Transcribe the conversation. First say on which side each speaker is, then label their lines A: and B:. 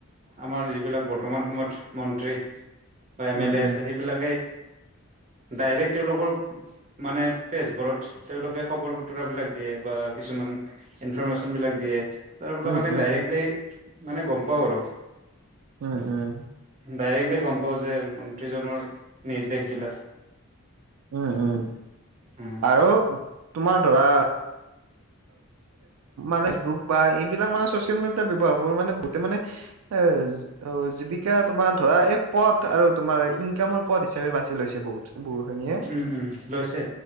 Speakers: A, on the right; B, on the right.
A: আমাৰ যিবিলাক বৰ্তমান সময়ত মন্ত্ৰী বা এম
B: উম
A: এল এ
B: উম
A: আছে সেইবিলাকেই ডাইৰেক্ট তেওঁলোকৰ মানে পেজবোৰত তেওঁলোকে খবৰ বতৰা বিলাক দিয়ে বা কিছুমান ইনফৰৰ্মেশ্যনবিলাক দিয়ে তাৰ ফলত
B: উম
A: আমি
B: উম
A: ডাইৰেক্টলি মানে গম পাওঁ। আৰু
B: উম উম।
A: ডাইৰেক্টলি গ'ম পাওঁ যে মন্ত্ৰীজনৰ নিৰ্দেশ বিলাক।
B: উম উম
A: উম
B: আৰু তোমাৰ ধৰা- ফেচবুক বা এইবিলাক মানে চচিয়েল মিডিয়াত ব্যৱহাৰ কৰি মানে বহুতে মানে- অ অ জীৱিকা তোমাৰ ধৰা এক পথ আৰু তোমাৰ ইনকামৰ পথ হিচাপে বাছি লৈছে বহুত বৰো খিনিয়ে
A: উম, উম লৈছে।